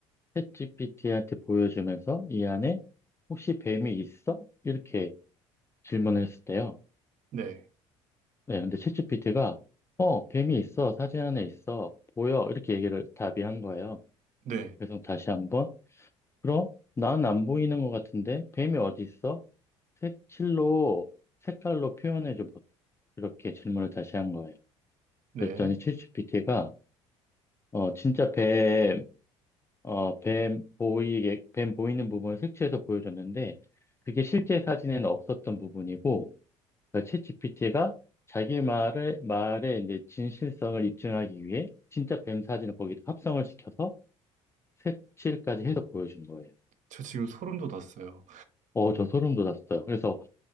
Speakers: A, on the left; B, on the right.
A: 챗GPT한테 보여주면서 이 안에 혹시 뱀이 있어? 이렇게 질문을 했을 때요.
B: 네,
A: 네, 근데 챗GPT가 어, 뱀이 있어. 사진 안에 있어. 보여. 이렇게 얘기를 답이한 거예요.
B: 네,
A: 그래서 다시 한번 그럼 난 안 보이는 것 같은데 뱀이 어디 있어? 색칠로 색깔로 표현해줘. 봐. 이렇게 질문을 다시 한 거예요.
B: 네.
A: 그랬더니 챗GPT가 어, 진짜 뱀, 어, 뱀 보이게 뱀 보이는 부분을 색칠해서 보여줬는데 그게 실제 사진에는 없었던 부분이고 그러니까 챗 p t 가 자기 말을, 말의 이제 진실성을 입증하기 위해 진짜 뱀 사진을 거기다 합성을 시켜서 색칠까지 해서 보여준 거예요.
B: 저 지금 소름 돋았어요.
A: 어, 저 소름 돋았어요. 그래서,